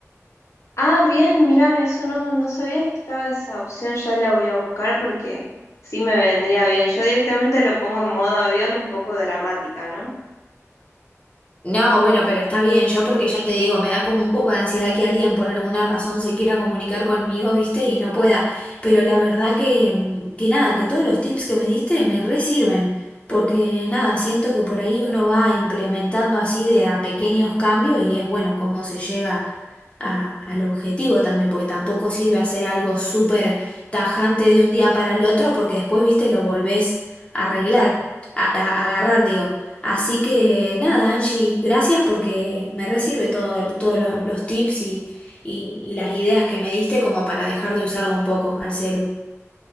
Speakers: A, on the left; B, on the left.
A: Ah, bien, mira, eso no, no sabía que estaba esa opción, ya la voy a buscar porque sí me vendría bien. Yo directamente lo pongo en modo avión un poco dramática, ¿no?
B: No, bueno, pero está bien, yo porque ya te digo, me da como un poco de ansiedad que alguien por alguna razón se quiera comunicar conmigo, ¿viste? Y no pueda. Pero la verdad que, mm, que nada, que todos los tips que me diste me re sirven, porque nada, siento que por ahí uno va implementando así de a pequeños cambios y es bueno cómo se llega a- al objetivo también, porque tampoco sirve hacer algo súper tajante de un día para el otro, porque después, ¿viste? Lo volvés a arreglar, a a- a agarrar, digo. Así que nada, Angie, gracias porque me resirve todo, todos los, los tips y, y, y las ideas que me diste como para dejar de usarlo un poco al celu.